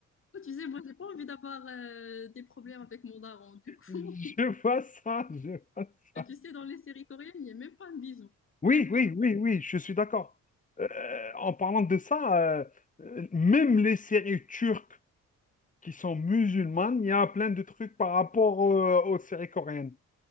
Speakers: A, on the left; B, on the left.
A: pas, tu sais, moi, j'ai pas envie d'avoir euh, des problèmes avec mon daron. Du coup,
B: Je vois ça, je vois ça.
A: <laughs> tu sais, dans les séries coréennes, il n'y a même pas un bisou.
B: Oui,
A: Même pas.
B: oui, oui, oui, je suis d'accord. Euh, en parlant de ça, euh, euh, même les séries turques qui sont musulmanes, il y a plein de trucs par rapport euh, aux séries coréennes.